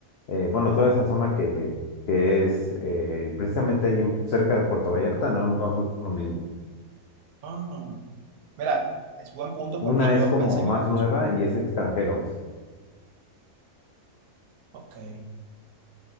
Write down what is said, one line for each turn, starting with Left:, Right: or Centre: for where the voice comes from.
Left: eh, bueno, toda esa zona que, que es eh, precisamente ahí en- cerca de Puerto Vallarta, no, no son lo mismo.
Right: Ah, mira, es buen punto porque
Left: Una
Right: yo
Left: es como
Right: pensé que
Left: más
Right: era el mismo.
Left: nueva y es extranjeros.
Right: Ok.